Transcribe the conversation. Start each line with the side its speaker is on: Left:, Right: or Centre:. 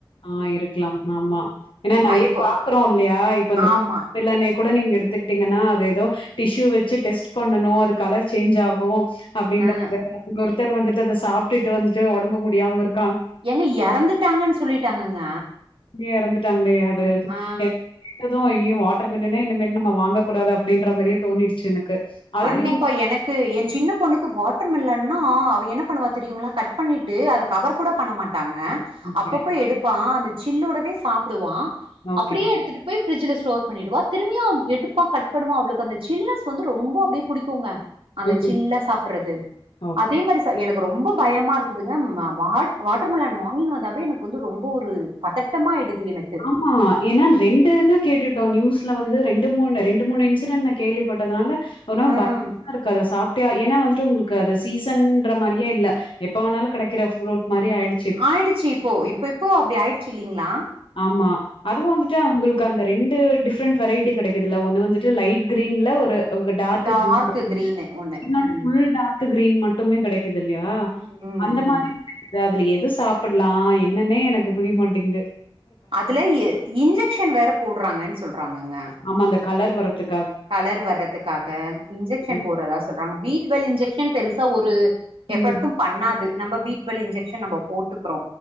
Left: ஆ இருக்கலாம் ஆமா ஏனா நெறைய
Right: ஆ இப்போ
Left: பாக்குறோ இல்லையா இப்ப இந்த
Right: ஆமா
Left: இப்ப இல்ல அன்னைக்கு கூட நீங்க எடுத்துக்கிட்டீங்கனா அது எதோ டிஷ்யூ வெச்சு டெஸ்ட் பண்ணனு அது கலர் சேஞ்ச் ஆகு அப்படின்றாங்க
Right: ஆ
Left: அதுல ஒருத்தர் வந்துட்டு அத சாப்ட்டுட்டு வந்துட்டு ஒடம்பு முடியாம இருக்
Right: ஏங்க எறந்துட்டாங்கன் சொல்லிட்டாங்கங்க
Left: இங்கே எறந்துட்டாங்களே அதாவ்து
Right: ஆ
Left: எ எது ஆயி அஐயோ வாட்ரு மில்லனே இனிமேட்டு நம்ம வாங்கக் கூடாது அப்டின்ற மாரியே தோணிருச்சு எனக்கு அதுலயு
Right: கண்டிப்பா எனக்கு ஏ சின்ன பொண்ணுக்கு வாட்ரு மில்லன்னா அவ என்ன பண்ணுவா தெரியுங்களா கட் பண்ணிட்டு அத கவர் கூட பண்ண மாட்டாங்க
Left: ஓகே
Right: அப்பப்ப எடுப் ப்பா அந்த சில்லோடவே சாப்டுவா
Left: ஓகே
Right: அப்டியே எடுத்துட்டு போய் ஃப்ரிட்ஜில ஸ்டோர் பண்ணிடுவா திரும்பியு அம் எடுப்பா கட் பண்ணுவா அவளுக்கு அந்த சில்னஸ் வந்து ரொம்ப அப்டியே புடிக்குங்க அந்த சில்லா
Left: ம்
Right: சாப்பிட்றது
Left: ஓகே
Right: அதே மாரி த்த எனக்கு ரொம்ப பயமா இருக்குதுங்க ம வாட் வாட்ரு மெலன் வாங்கினு வந்தாவே எனக்கு வந்து ரொம்ப ஒரு பதட்டமாயிடுது எனக்
Left: ஆமா ஏனா ரெண்டு இது கேட்டுட்டோ நியூஸ்ல வந்து ரெண்டு மூணு ரெண்டு மூணு இன்சிடென்ட் நா கேள்விப்பட்டதுனால ஒரு நா
Right: ம்
Left: பயமா இருக்கு அத சாப்பிட்டா ஏனா வந்துட்டு உங்களுக் கு அது சீசன்ற மாரியு இல்ல எப்ப வேணாலு கெடைக்கிற ஃப்ரூட் மாரி ஆயிடுச்
Right: ஆயிடுச்சு இப்போ இப்பப்போ அப்டி ஆயிடுச்சு இல்லைங்ளா
Left: ஆமா அதுவு வந்துட்டு அவுங்களுக்கு அந்த ரெண்டு டிஃப்ரெண்ட் வெரைட்டி கெடைக்குதுல ஒன்னு வந்துட்டு லைட் கிரீன்ல ஒரு டார்க்கு
Right: டார்க்
Left: கிரீன் கோடுல்லது
Right: கிரீனு ஒண்ணு
Left: இன்னொன்னு
Right: ம்
Left: ஃபுல் டார்க்கு கிரீன் மட் ட்டுமே கெடைக்குது இல்லையா
Right: ம் ம்
Left: அந்த
Right: ம்
Left: மாரியு கூட இருக்கு அதுல எது சாப்பிட்லா என்னன்னே எனக்கு புரியமாட்டிங்குது
Right: அதுலயே இன்ஜெக்ஷன் வேற போட்றாங்கன் சொல்றாங்கங்க
Left: ஆமா அந்த கலர் வரத்துக்
Right: கலர் வர்றத்துக்காக இன்ஜெக்ஷன்
Left: கிரீன்
Right: போட்றதா சொல்றாங்க பீ டுவெல் இன்ஜெக்ஷன் பெருசா ஒரு
Left: ம்
Right: எஃபெக்ட்டு பண்ணாது நம்ப பீ டூவெல் இன்ஜெக்ஷன் நம்ப போட்டுக்கிறோ